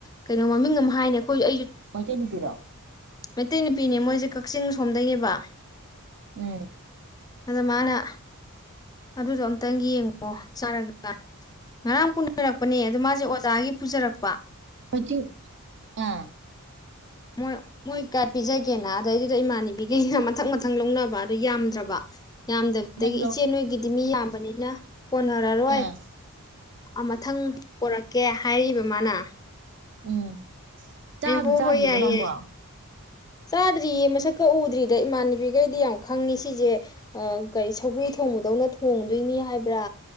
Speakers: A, on the left (about 15°); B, on the right (about 55°).
A: ꯀꯩꯅꯣ ꯃꯃꯤꯡ ꯑꯃ ꯍꯥꯏꯅꯦ ꯑꯩꯈꯣꯏ ꯑꯩꯖꯨ
B: ꯃꯩꯇꯩꯅꯨꯄꯤꯔꯣ
A: ꯃꯇꯩ ꯅꯨꯄꯤꯅꯦ ꯃꯣꯏꯖꯦ ꯀ ꯀꯥꯛꯆꯤꯡ ꯁꯣꯝꯗꯩꯅꯦꯕ
B: ꯎꯝ
A: ꯑꯗ ꯃꯥꯅ ꯑꯗꯨꯗꯣ ꯑꯝꯇꯪ ꯌꯦꯡꯉꯨ ꯑꯣ ꯆꯥꯔꯒ ꯉꯔꯥꯡ ꯄꯨꯅꯔꯛꯄꯅꯦ ꯑꯗꯨꯗ ꯃꯥꯁꯦ ꯑꯣꯖꯥꯒꯤ ꯄꯨꯖꯔꯛ
B: <inaudible> ꯑꯥ
A: ꯃꯣꯏ ꯃꯣꯏ ꯀꯥꯏ ꯄꯤꯖꯒꯦꯅ ꯑꯗꯩꯗꯨꯗ ꯏꯃꯥꯟꯅꯕꯤꯒꯤ ꯃꯊꯪ ꯃꯊꯪ ꯂꯧꯅꯕ ꯑꯗꯨ ꯌꯥꯝꯗ꯭ꯔꯕ ꯌꯥꯝꯗꯕꯗꯒꯤ
B: ꯅꯪ ꯂꯧ
A: ꯏꯆꯦ ꯅꯣꯏꯒꯤꯗꯤ ꯃꯤ ꯌꯥꯝꯕꯅꯤꯅ ꯀꯣꯟꯅꯔꯔꯣꯏ
B: ꯑꯥ
A: ꯃꯊꯪ ꯄꯣꯔꯛ ꯀꯦ ꯍꯥꯏꯔꯤꯕ ꯃꯥꯅ
B: ꯎꯝ ꯆꯥꯛ
A: ꯑꯩ ꯍꯣꯏ
B: ꯆꯥꯗ꯭ꯔꯤꯕꯣ
A: ꯍꯣꯏ ꯌꯥꯏ
B: ꯅꯪꯕꯣ
A: ꯌꯥꯏ ꯆꯥꯗ꯭ꯔꯤꯌꯦ ꯃꯁꯛꯀꯥ ꯎꯗ꯭ꯔꯤ ꯑꯗ ꯏꯃꯥꯟꯅꯕꯤꯒꯩꯗꯤ ꯌꯥꯝ ꯈꯪꯏ ꯁꯤꯖꯦ ꯑꯥ ꯀꯔꯤ ꯁꯧꯒ꯭ꯔꯤ ꯊꯣꯡꯕꯗꯧꯅ ꯊꯣꯡꯗꯣꯏꯅꯤ ꯍꯥꯏꯕ꯭ꯔꯥ